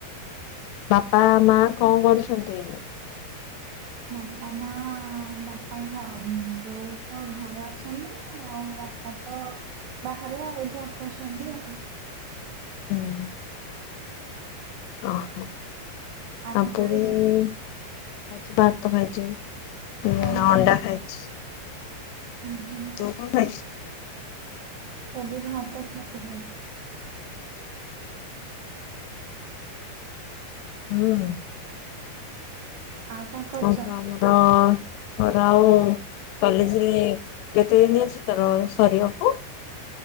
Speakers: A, on the left; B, on the right.
A: ବାପା ମାଁ କଣ କରୁଚନ୍ତି?
B: ବାପା ମାଁ ବାପା ଘ ବୋଉତ ଘରେ ଅଛନ୍ତି ଆଉ ବାପା ବାପା ତ ବାହାରେ ଆଉ ଜବ କରୁଛନ୍ତି ଆଉ
A: ହୁଁ ଅ-ହଁ ଆଉ
B: କଣ
A: ପୁରୀ-
B: ଖାଇଛ?
A: ଇ ଆଜି ଭାତ ଖାଇଛି ଉଁ
B: କଣ
A: ଅଣ୍ଡା
B: କଣ?
A: ଖାଇଛି।
B: ହୁଁ ହୁଁ
A: ତୁ କଣ ଖାଇ ଚୁ
B: ମୁଁ ବି ଭାତ ଛତୁ ଖାଇଛି।
A: ହୁଁ
B: ଆଉ କଣ କରୁଛ?
A: ଆଉ ତ ଆମର ପରାଉ କଲେଜରେ କେତେ ଦିନି ଅଛି ତୋର ସରିବାକୁ।